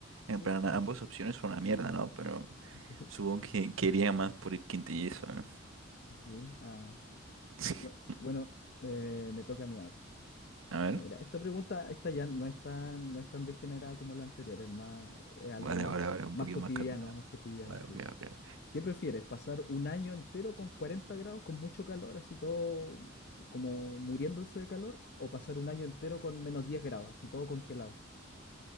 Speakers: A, on the right; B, on the left.
A: En
B: Eh,
A: plan, ambas opciones son una mierda, ¿no? Pero
B: Sí,
A: supongo que quería más por el quintillizo, ¿no?
B: sí. Ah,
A: <laughs>
B: bue- bueno, eh, me toca a mí ahora.
A: A ver.
B: Ya, mira, esta pregunta, esta ya no es tan, no es tan degenerada como la anterior. Es más, es algo
A: Vale,
B: más,
A: vale, vale, un
B: más
A: poquito
B: cotidiano,
A: más calmado.
B: más cotidiano,
A: Vale,
B: sí.
A: ok, ok.
B: ¿Qué prefieres? ¿Pasar un año entero con 40 grados, con mucho calor, así todo como muriéndose de calor? ¿O pasar un año entero con menos 10 grados, así todo congelado?